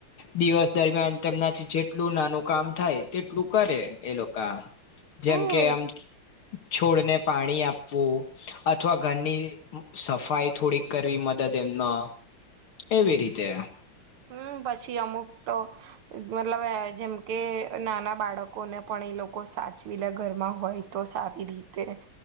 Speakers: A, on the left; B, on the right.
A: દિવસ દરમિયાન તેમનાથી જેટલું નાનું કામ થાય તેટલું કરે એ લોકો જેમ
B: હમ.
A: કે આમ છોડને પાણી આપવું અથવા ઘરની. સફાઈ થોડીક કરવી મદદ એમના એવી રીતે.
B: હમ પછી અમુક તો. મતલબ જેમ કે નાના બાળકોને પણ એ લોકો સાચવી લે ઘરમાં હોય. તો સારી રીતે